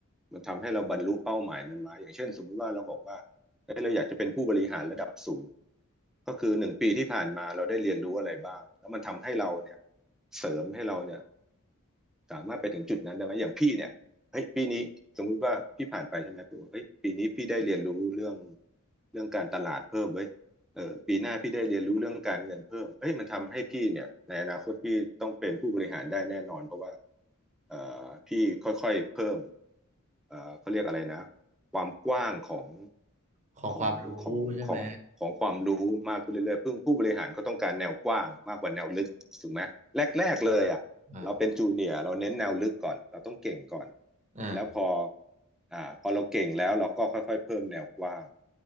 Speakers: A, in the centre; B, on the right.
A: มันทำให้เราบรรลุเป้าหมายนั้นไหมอย่างเช่นสมมติว่าเราบอกว่าเอ้ยเราอยากจะเป็นผู้บริหารระดับสูงก็คือหนึ่งปีที่ผ่านมาเราได้เรียนรู้อะไรบ้างแล้วมันทำให้เราเนี่ยเสริมให้เราเนี่ย สามารถไปถึงจุดนั้นได้ไหมอย่างพี่เนี่ยเฮ้ยปีนี้สมมุติว่าพี่ผ่านไปใช่ไหมพี่บอกเฮ้ยปีนี้พี่ได้เรียนรู้เรื่องเรื่องการตลาดเพิ่มเว้ยเออปีหน้าพี่ได้เรียนรู้เรื่องการเงินเพิ่มเฮ้ยมันทำให้พี่เนี่ยในอนาคตพี่ต้องเป็นผู้บริหารได้แน่นอนเพราะว่าเอ่อพี่ค่อยๆเพิ่มเอ่อเขาเรียกอะไรนะความกว้างของ
B: ของความรู้ใช่ไหม
A: ของของของของความรู้มากขึ้นเรื่อยๆเพิ่งผู้บริหารก็ต้องการแนวกว้างมากกว่าแนวลึกถูกไหมแรกๆเลยอ่ะ
B: อ่า
A: เราเป็นจูเนียร์เราเน้นแนวลึกก่อนเราต้องเก่งก่อน
B: อ่า
A: แล้วพออ่าพอเราเก่งแล้วเราก็ค่อยๆเพิ่มแนวกว้าง